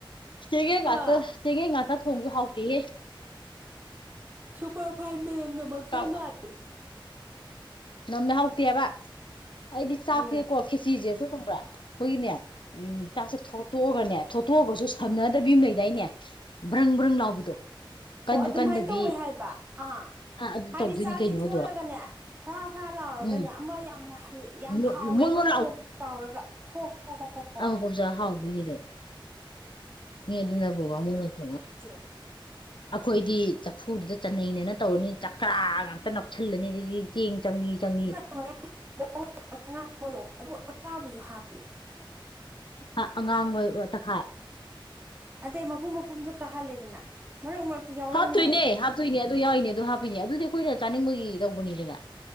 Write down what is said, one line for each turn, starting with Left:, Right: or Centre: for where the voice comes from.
Left: ꯆꯦꯉꯦꯉꯥꯛꯇ
Right: ꯍꯥ
Left: ꯆꯦꯉꯦꯉꯥꯛꯇ ꯊꯣꯡꯕꯁꯨ ꯍꯥꯎꯇꯤꯍꯦ꯫
Right: ꯁꯨꯄꯔ ꯐꯥꯏꯟ ꯃꯅꯝꯅꯃꯥꯛꯇꯣꯏ
Left: ꯀꯥ
Right: ꯃꯥꯜꯂꯤ
Left: ꯅꯝꯃꯦ ꯍꯧꯇꯦꯕ ꯑꯩꯗꯤ ꯆꯥꯛꯁꯦꯀꯣ
Right: ꯎꯝ
Left: ꯈꯦꯆꯁꯦꯁꯨ ꯈꯪꯕ꯭ꯔꯥ ꯑꯩꯈꯣꯏꯒꯤꯅꯦ ꯎꯝ ꯇꯥꯛꯁꯦ ꯊꯣꯇꯣꯛꯑꯒꯅꯦ ꯊꯣꯇꯣꯛꯑꯒꯁꯨ ꯁꯝꯅꯗꯕꯤ
Right: ꯎꯝ
Left: ꯑꯃ ꯂꯩꯗꯥꯏꯅꯦ꯫ ꯕ꯭ꯔꯪ ꯕ꯭ꯔꯪ ꯂꯥꯎꯕꯤꯗꯣ꯫ ꯀꯟꯁꯨ
Right: ꯍꯣ ꯑꯗꯨꯃꯥꯏꯅ
Left: ꯀꯟꯗꯕꯤ
Right: ꯇꯧꯋꯦ ꯍꯥꯏꯕ ꯑꯥ
Left: ꯑꯥ ꯑꯗꯨ
Right: ꯍꯥꯏꯗꯤ
Left: ꯇꯧꯗꯣꯏꯅꯤ
Right: ꯆꯥꯛꯇꯤ
Left: ꯀꯩꯅꯣꯗꯣ
Right: ꯊꯣꯂꯒꯅꯦ꯫ ꯐꯔꯥ ꯐꯔꯥ ꯂꯥꯎꯔꯒꯅꯦ
Left: ꯎꯝ
Right: ꯑꯃ ꯌꯥꯝ ꯌꯥꯝ
Left: ꯃꯣꯠ
Right: ꯍꯥꯎꯋꯦꯕ
Left: ꯃꯣꯠ
Right: ꯃꯄꯣꯛ ꯇꯧꯔꯒ꯫ ꯍꯣ ꯍꯣ ꯍꯣ ꯍꯣ ꯍꯣꯏ
Left: ꯑꯃꯀꯨꯞꯆꯥ ꯍꯥꯎꯕꯤꯅꯤꯗꯣ ꯃꯤ ꯑꯗꯨꯅꯕꯨ ꯕꯥꯃꯣꯟꯅ ꯊꯣꯡꯉꯥ
Right: ꯇꯤꯔꯣ
Left: ꯑꯩꯈꯣꯏꯗꯤ ꯆꯐꯨꯒꯤꯗꯣ ꯆꯟꯅꯩꯅꯅ ꯇꯧꯔꯅꯤ ꯆꯀ꯭ꯔꯥ ꯉꯥꯛꯇ ꯅꯥꯄꯁꯤꯜꯂꯅꯤ ꯑꯗꯒꯤ ꯆꯦꯡ ꯆꯪꯏ ꯆꯪꯏ
Right: <unintelligible> ꯑꯉꯥꯡꯄꯗꯣ ꯑꯗꯨ ꯑꯀꯥꯕꯁꯨ ꯍꯥꯞꯄ
Left: ꯑꯥ ꯑꯉꯥꯡꯕ ꯇꯥꯡꯈꯥꯏ꯫
Right: ꯑꯇꯩ ꯃꯄꯨꯝ ꯃꯄꯨꯝꯗꯣ ꯀꯥꯍꯜꯂꯦꯗꯅ ꯃꯔꯛ ꯃꯔꯛꯇ ꯌꯥꯎꯔꯝꯃꯦ
Left: ꯍꯥꯞꯇꯣꯏꯅꯦ
Right: ꯍꯥꯏꯕ
Left: ꯍꯥꯞ ꯑꯗꯣꯏꯅꯦ ꯑꯗꯨ ꯌꯥꯎꯏꯅꯦ ꯑꯗꯨ ꯍꯥꯞꯄꯤꯅꯦ ꯑꯗꯨꯗꯤ ꯑꯩꯈꯣꯏꯅ ꯆꯥꯅꯤꯡꯕꯒꯤ ꯇꯧꯕꯅꯤꯗꯅ